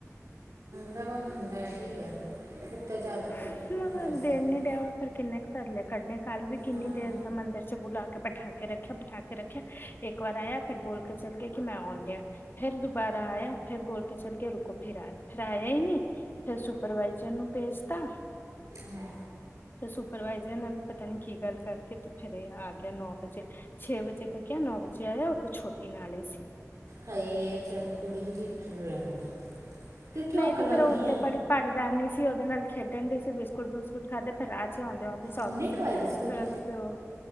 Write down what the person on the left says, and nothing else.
<unintelligible>
ਦੇ
ਨੀ ਰਿਹਾ ਵਾ ਫਿਰ ਕਿੰਨੇ ਕ ਧਰਲੇ ਕੱਢਣੇ ਕੱਲ ਵੀ ਕਿੰਨੀ
ਦੇਰ ਦਾ ਮੰਦਿਰ ਚ ਬੁਲਾ ਕੇ ਬਿਠਾ ਕੇ ਕੇ ਰੱਖਿਆ ਬਿਠਾ ਕੇ ਰੱਖਿਆ ਇੱਕ ਵਾਰ ਆਇਆ ਫਿਰ ਬੋਲ ਕੇ ਚੱਲ ਗਿਆ ਕਿ ਮੈਂ ਆਉਣ ਡਿਆ ਫਿਰ ਦੁਬਾਰਾ ਆਇਆ ਫਿਰ ਬੋਲ ਕੇ ਚੱਲ ਗਿਆ ਰੁਕੋ ਫਿਰ ਆ ਫਿਰ ਆਇਆ ਈ ਨਹੀਂ ਫਿਰ ਸੁਪਰਵਾਈਜਰ ਨੂੰ ਭੇਜ ਤਾਂ
ਫਿਰ ਸੁਪਰਵਾਈਜ਼ਰ ਨਾਲ ਵੀ ਪਤਾ ਨੀ ਕੀ ਗੱਲ ਕਰਕੇ ਤੇ ਫਿਰ ਏ ਆ ਗਿਆ ਨੌ ਵਜੇ ਛੇ ਵਜੇ <unintelligible> ਨੌ ਵਜੇ ਆਇਆ ਉਹ ਤੋਂ ਛੋਟੀ ਨਾਲ ਹੀ ਸੀ।
ਨਹੀਂ ਤੇ
ਫੇਰ ਉਹ ਉੱਤੇ
ਪਲੀ ਪਹਾੜੇ ਦਾਰਨੀ ਸੀ ਉਹਦੇ ਨਾਲ ਖੇਡਣ ਡੀ ਸੀ ਬਿਸਕੁਟ ਬੁਸਕੁਟ ਖਾਧੇ ਫਿਰ ਰਾਤ ਆਂਦੇ ਆਂਦੇ ਸੌਗੀ
ਸੀ
ਫਿਰ ਉਹਦਾ ਪਿਓ